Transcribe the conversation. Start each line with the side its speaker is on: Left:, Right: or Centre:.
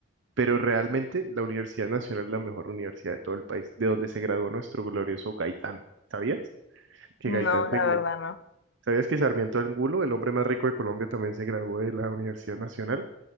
Right: pero realmente la Universidad Nacional es la mejor universidad de todo el país, de donde se graduó nuestro glorioso Gaitán. ¿Sabías? Que
Left: no,
Right: Gaitán
Left: la
Right: se glo-
Left: verdad no.
Right: ¿Sabías que Sarmiento Angulo, el hombre más rico de Colombia, también se graduó de la Universidad Nacional?